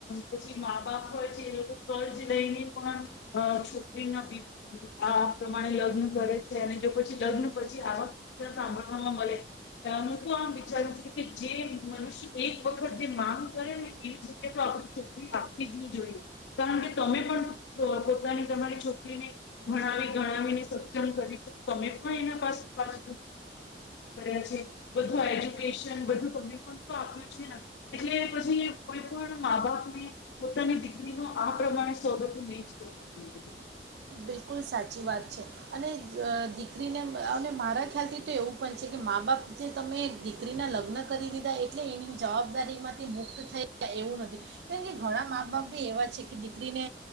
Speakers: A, on the left; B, on the right.
A: પછી મા બાપ હોય છે એ લોકો કર્જ લઈને પણ, છોકરીના આ પ્રમાણે લગ્ન કરે છે અને જો પછી લગ્ન પછી આવાક સાંભળવામાં મળે, તો આમ જે મનુષ્ય એક વખત જે માંગ કરે ને એવી જગ તો આપણી છોકરી આપવી જ નહી જોઈએ, કારણ કે તમે પણ પોતાની તમારી છોકરીને, ભણાવી ગણાવીને સક્ષમ કરી છે, તમે પણ એના પાસે પાછ કર છે. ત પણ આપ્યું છે ને, એટલે પછી કોઈ પણ મા બાપને પોતાની દીકરી ન આ પ્રમાણે સોગતું નહી જ કરવું જોઈ.
B: બિલકુલ સાચી વાત છે, અને દીકરીને મારા ખ્યાલથી તો એવું પણ છે કે મા બાપ જે તમે દીકરીના લગ્ન કરી દીધા એટલે એની જવાબદારીમાંથી મુક્ત થઈ ગયા એવું નથી, કારણ કે ઘણા મા બાપ બી એવા છે કે દીકરીને,